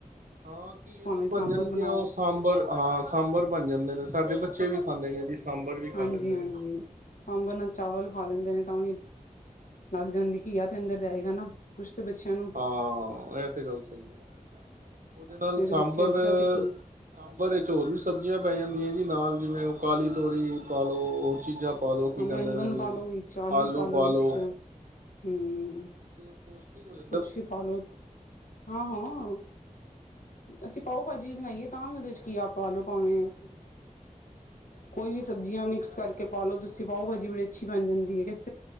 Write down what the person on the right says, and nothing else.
ਹਾਂ। ਘੀਆ
ਨਾਲ ਬਣ
ਜਾਂਦੀ
ਆ। ਉਹ ਸਾਂਬਰ ਹਾਂ ਸਾਂਬਰ ਬਣ ਜਾਂਦੇ ਨੇ ਸਾਡੇ ਬੱਚੇ ਵੀ ਖਾਂਦੇ ਨੇ ਜੀ, ਸਾਂਬਰ ਵੀ।
ਖਾ ਲੈਂਦੇ ਨੇ
ਅੱਛਾ
ਅੱਛਾ
ਹਾਂ। ਇਹ ਤੇ ਗੱਲ ਸਹੀ ਏ, ਉਹਦੇ
ਨਾਲ ਸਾਂਬਰ
ਸਾਂਬਰ ਵਿੱਚ ਹੋਰ ਵੀ ਸਬਜ਼ੀਆਂ ਪੈ ਜਾਂਦੀਆਂ ਜੀ। ਨਾਲ਼ ਜਿਵੇਂ ਓ ਕਾਲੀ ਤੋਰੀ ਪਾ ਲਓ ਹੋਰ ਚੀਜ਼ਾਂ ਪਾਲੋ ਕੀ
ਕਹਿੰਦੇ
ਉਹਨੂੰ
ਆਲੂ ਪਾਲੋ।
ਤੇ ਪੌਸ਼ਟਿਕ ਹੋਇਆ